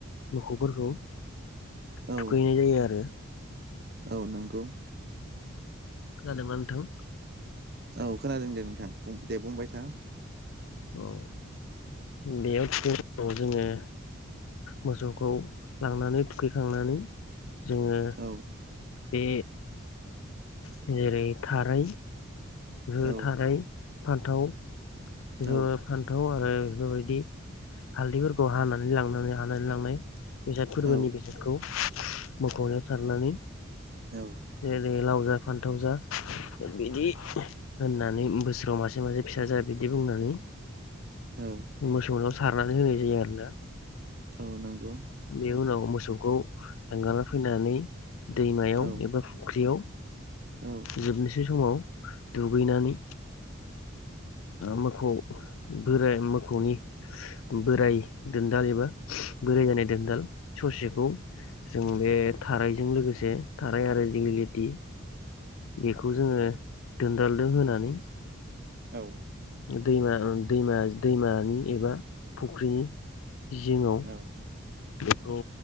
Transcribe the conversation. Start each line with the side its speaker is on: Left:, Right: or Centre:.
Left: मोसौफोरखौ
Right: औ
Left: थुखैनाय जायो आरो
Right: औ नंगौ।
Left: खोनादोंना नोंथां?
Right: औ खोनादों दे नोंथां दे बुंबाय था।
Left: औ बेयाव थि जोङो मोसौखौ लांनानै थुखैखांनानै जोङो
Right: औ
Left: बे जेरै थारै बे
Right: औ
Left: थारै फान्थाव बेफोर
Right: औ
Left: फान्थाव आरो बेफोरबायदि हालदैफोरखौ हानानै लांनानै हानानै लांनाय बेसाद फोरबोनि
Right: औ
Left: बेसादखौ मोखौनियाव सारनानै
Right: औ
Left: ओरै लाव जा फान्थाव जा बिदि होननानै बोसोराव मासे मासे फिसा जा बिदि बुंनानै
Right: औ
Left: मोसौनाव सारनानै होनाय जायो आरोना
Right: औ नोंगौ
Left: बिनि उनाव मोसौखौ एंगारना फैनानै दैमायाव
Right: औ
Left: एबा फुख्रियाव
Right: औ
Left: जोबनोसै समाव दुगैनानै मोखौ बोराइ मोखौनि बोराय दोनदाल एबा बोराय जानाय दोनदाल ससेखौ जों बे थारायजों लोगोसे थाराय आरो दिगिलिथि बेखौ जोङो दोनदालदो होनानै
Right: औ
Left: दैमा दैमा दैमानि एबा फुख्रिनि जिङाव
Right: औ
Left: बेखौ